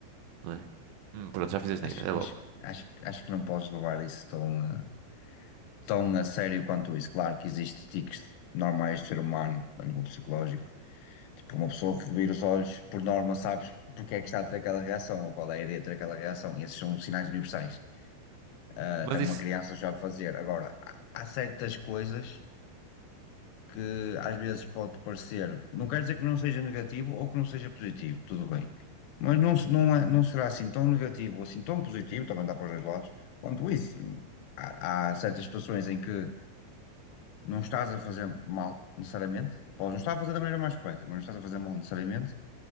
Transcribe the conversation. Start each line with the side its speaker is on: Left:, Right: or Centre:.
Right: não é? Hum, pronto, já fiz a asneira,
Left: Acho, que-
Right: é logo.
Left: acho, acho, que- acho que não podes levar isso tão, eh, tão a sério quanto isso. Claro que existem tiques normais de ser humano a nível psicológico. Tipo, uma pessoa que vira os olhos, por norma, sabes porque é que está a ter aquela reação ou qual é a ideia de ter aquela reação. Esses são sinais universais. ah,
Right: Mas
Left: até uma
Right: isso,
Left: criança sabe fazer. Agora, há há certas coisas que às vezes pode parecer, não quer dizer que não seja negativo ou que não seja positivo, tudo bem, mas não, se- não, é- não será assim tão negativo ou assim tão positivo, também dá para os dois lados, quanto isso. Há, há certas situações em que não estás a fazer mal, necessariamente. Podes não estar a fazer da maneira mais correta, mas não estás a fazer mal, necessariamente.